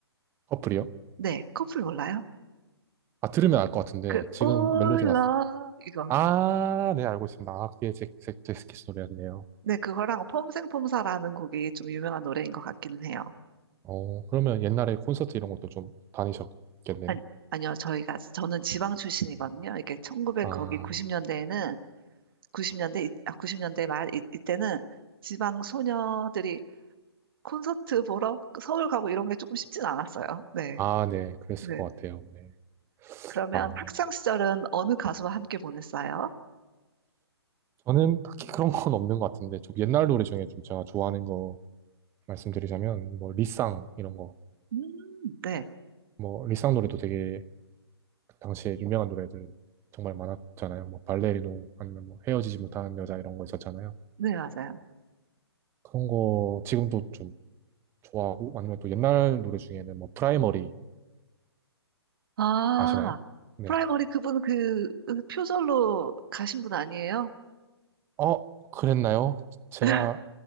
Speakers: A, on the right; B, on the right.
A: 커플이요?
B: 네, 커플 몰라요?
A: 아, 들으면 알 것 같은데,
B: 그
A: 지금
B: All
A: 멜로디가,
B: Love 이거.
A: 아, 네, 알고 있습니다. 아, 그게 잭, 잭, 잭스키스 노래였네요.
B: 네, 그거랑 폼생폼사라는 곡이 좀 유명한 노래인 것 같기는 해요.
A: 어, 그러면 옛날에 콘서트 이런 것도 좀 다니셨겠네요.
B: 아니, 아니요, 저희가 저는 지방 출신이거든요. 이게 1900
A: 아,
B: 거기 90년대에는 90년대 아, 90년대 말 이, 이때는 지방 소녀들이 콘서트 보러 서울 가고 이런 게 조금 쉽진 않았어요. 네,
A: 아, 네, 그랬을
B: 네.
A: 것 같아요. 네.
B: 그러면
A: 아,
B: 학창 시절은 어느 가수와 함께 보냈어요?
A: 저는 딱히 그런 건 없는 것 같은데, 좀 옛날 노래 중에 좀 제가 좋아하는 거 말씀드리자면, 뭐, 리쌍, 이런 거.
B: 음, 네,
A: 뭐, 리쌍 노래도 되게, 그 당시에 유명한 노래들 정말 많았잖아요. 뭐, 발레리노, 아니면 뭐, 헤어지지 못하는 여자 이런 거 있었잖아요.
B: 네, 맞아요.
A: 그런 거 지금도 좀 좋아하고, 아니면 또 옛날 노래 중에는 뭐, 프라이머리
B: 아,
A: 아시나요? 네.
B: 프라이머리 그분 그, 그 표절로 가신 분 아니에요?
A: 어, 그랬나요? 제가
B: <laughs>